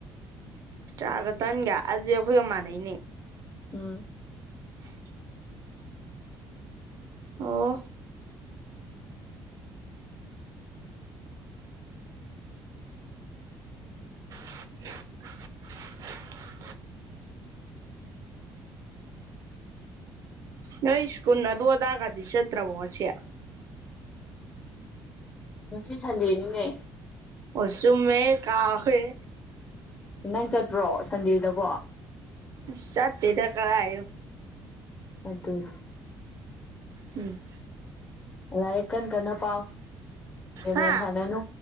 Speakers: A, on the right; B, on the left.
A: ꯆꯥꯒ ꯇꯟꯒ ꯑꯗꯨꯗꯤ ꯑꯩꯈꯣꯏꯒ ꯃꯥꯟꯅꯩꯅꯦ
B: ꯎꯝ
A: <unintelligible> ꯑꯣ <inaudible> ꯅꯣꯏ ꯁ꯭ꯀꯨꯜ ꯑꯗꯨ ꯑꯗꯥꯒꯗꯤ ꯆꯠꯇ꯭ꯔꯕꯣ ꯉꯁꯤ
B: ꯉꯁꯤ ꯁꯟꯗꯦꯅꯤꯅꯦ
A: ꯑꯣ ꯆꯨꯝꯃꯦꯍꯦ ꯀꯥꯎꯋꯦꯍꯦ
B: ꯅꯪ ꯆꯠꯄ꯭ꯔꯣ ꯁꯟꯗꯦꯗꯕꯣ
A: ꯏꯁ ꯆꯠꯇꯦꯗꯥ ꯀꯗꯥꯏꯗꯩꯩꯅꯣ
B: ꯑꯗꯨꯅꯤ
A: ꯎꯝ
B: ꯂꯥꯏꯔꯤꯛ ꯀꯟ ꯀꯟꯅꯥ ꯄꯥꯎ ꯒꯦꯝ
A: ꯍꯥ
B: ꯌꯥꯝ ꯁꯅꯥꯅꯨ